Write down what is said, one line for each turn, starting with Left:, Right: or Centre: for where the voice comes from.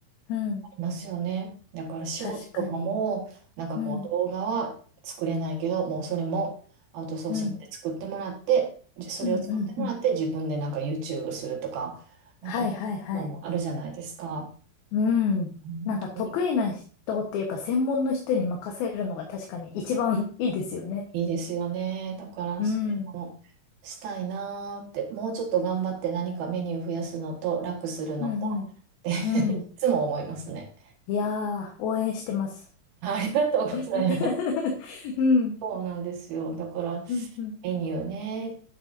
Left: うん。
Right: いますよね。だから仕事とかも、
Left: 確かに。
Right: なんかこう動画は作れないけど、
Left: うん。
Right: もうそれもアウトソーシングで作ってもらって、
Left: うん。
Right: じそれを作ってもらって自分でなんか
Left: うんうんうん。
Right: YouTube するとか、なんかそういうのもあるじゃないですか。
Left: はいはいはい。うん。
Right: 本当に
Left: なんか得意な人っていうか、専門の人に任せるのが確かに一番いいですよね。
Right: いいですよね。だからそういうのをしたいなーって、
Left: うん。
Right: もうちょっと頑張って何かメニュー増やすのと楽するのと、
Left: うんうん。
Right: って <laughs> いつも思いますね。
Left: うん。いやー、応援してます。
Right: ありがとうございます。
Left: <laughs> うん、
Right: そうなんですよ。だから
Left: うん、うん。
Right: メニューね、